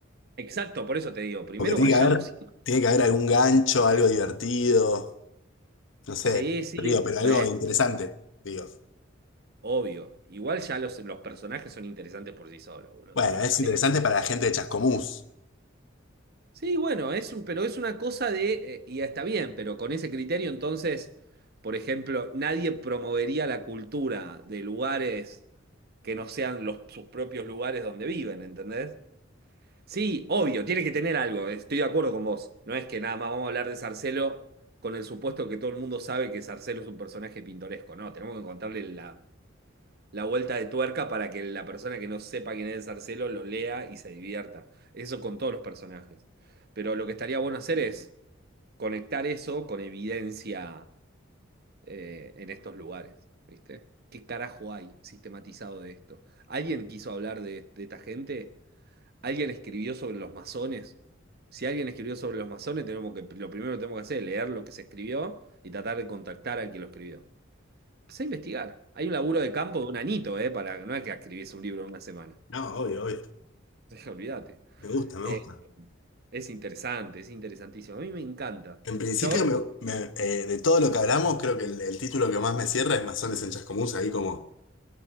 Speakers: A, on the right; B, on the left.
A: Exacto, por eso te digo, primero
B: Porque tiene
A: vayamos
B: que haber, tiene que haber algún gancho, algo divertido, no sé,
A: Sí, sí,
B: río, pero algo
A: bueno,
B: interesante,
A: pero
B: digo.
A: obvio. Igual ya los, los personajes son interesantes por sí solos, boludo.
B: Bueno,
A: Sarcelo.
B: es interesante para la gente de Chascomús.
A: Sí, bueno, es un, pero es una cosa de, eh, y está bien, pero con ese criterio entonces, por ejemplo, nadie promovería la cultura de lugares que no sean los, sus propios lugares donde viven, ¿entendés? Sí, obvio, tiene que tener algo, estoy de acuerdo con vos. No es que nada más vamos a hablar de Sarcelo con el supuesto que todo el mundo sabe que Sarcelo es un personaje pintoresco, no, tenemos que encontrarle la la vuelta de tuerca para que la persona que no sepa quién es Marcelo lo lea y se divierta. Eso con todos los personajes. Pero lo que estaría bueno hacer es conectar eso con evidencia eh, en estos lugares, ¿viste? ¿Qué carajo hay sistematizado de esto? ¿Alguien quiso hablar de, de esta gente? ¿Alguien escribió sobre los masones? Si alguien escribió sobre los masones, tenemos que, lo primero que tenemos que hacer es leer lo que se escribió y tratar de contactar al que lo escribió. Empecé a investigar. Hay un laburo de campo de un anito, ¿eh? Para, no es que escribís un libro en una semana.
B: No, obvio, obvio.
A: <laughs> Olvídate.
B: Me gusta, me
A: Eh,
B: gusta.
A: es interesante, es interesantísimo. A mí me encanta.
B: En principio,
A: Yo ahora,
B: me- me- eh, de todo lo que hablamos, creo que el, el título que más me cierra es Masones en Chascomús. Ahí como,